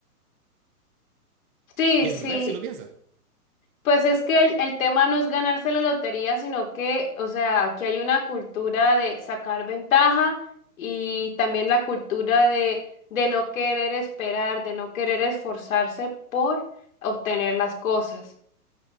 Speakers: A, on the left; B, on the right.
A: Sí,
B: Y
A: sí.
B: es brutal si lo piensas,
A: Pues es que el, el tema no es ganarse la lotería, sino que, o sea, aquí hay una cultura de sacar ventaja y también la cultura de, de no querer esperar, de no querer esforzarse por obtener las cosas.